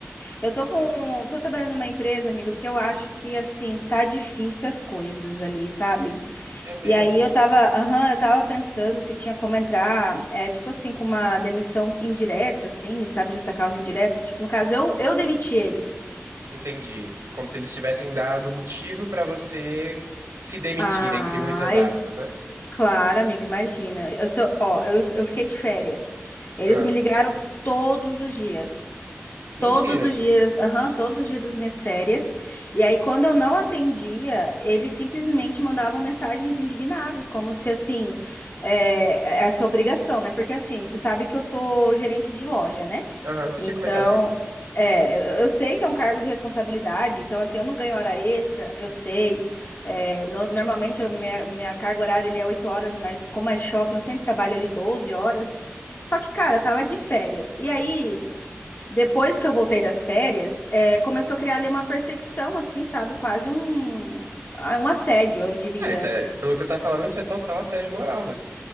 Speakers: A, on the left; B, on the right.
A: Eu tô com. Tô trabalhando numa empresa, amigo, que eu acho que assim, tá difícil as coisas ali, sabe?
B: É mesmo?
A: E aí eu tava, aham, eu tava pensando se tinha como entrar, é, tipo assim, com uma demissão indireta, assim, sabe, justa causa indireta. Tipo, no caso, eu, eu demiti eles.
B: Entendi. Como se eles tivessem dado motivo pra você se demitir,
A: Ai,
B: entre muitas aspas, né?
A: claro, amigo, imagina. Eu sou, ó, eu, eu fiquei de férias. Eles
B: Ah,
A: me ligaram todos os dias.
B: mentira.
A: Todos os dias, aham, todos os dias das minhas férias. E aí, quando eu não atendia, eles simplesmente mandavam mensagens indignados, como se assim, é, é sua obrigação, né? Porque assim, você sabe que eu sou gerente de loja, né?
B: Aham, você
A: Então,
B: tinha comentado comigo.
A: é, eu eu sei que é um cargo de responsabilidade, então assim, eu não ganho hora extra, eu sei. É, no- normalmente, a minha, minha carga horária ali é 8 horas, mas como é shopping, eu sempre trabalho ali 12 horas. Só que, cara, eu tava de férias. E aí. Depois que eu voltei das férias, é, começou a criar ali uma perseguição, assim, sabe? Quase um, ah, um assédio, eu diria.
B: Ah, isso é, pelo que você tá falando, isso é total assédio moral, né?